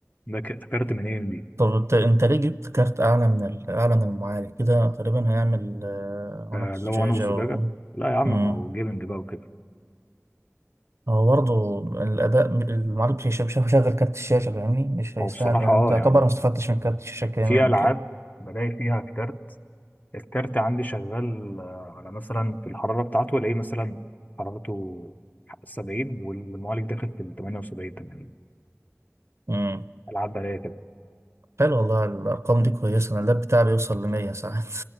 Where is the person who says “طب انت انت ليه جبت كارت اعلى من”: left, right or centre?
Right